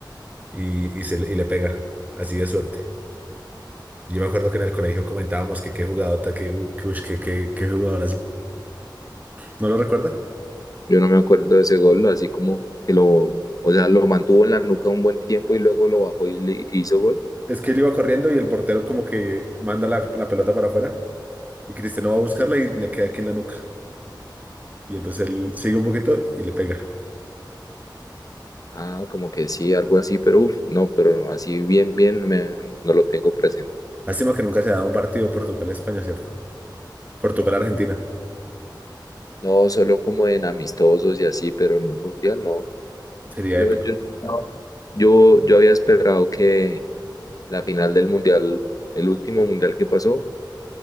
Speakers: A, on the right; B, on the left.
A: y, y, se, le- y le pega, así de suerte. Y Yo me acuerdo que en el colegio comentábamos que qué jugadota, que, u- que, ush, que, que, qué jugadorazo. ¿No lo recuerda?
B: Yo no me acuerdo de ese gol, así como que lo, o sea, lo mantuvo en la nuca un buen tiempo y luego lo bajó y le hizo gol.
A: Es que él iba corriendo y el portero como que manda la, la pelota para afuera. Y Cristiano va a buscarla y le queda aquí en la nuca. Y entonces él sigue un poquito y le pega.
B: Ah, como que sí, algo así, pero uff, no, pero así bien, bien, no me, no lo tengo presente.
A: Lástima que nunca se ha dado un partido Portugal-España, ¿cierto? Portugal-Argentina.
B: No, solo como en amistosos y así, pero en un mundial no.
A: Sería
B: Yo,
A: épico.
B: yo, No. yo, yo había esperado que la final del mundial, el último mundial que pasó,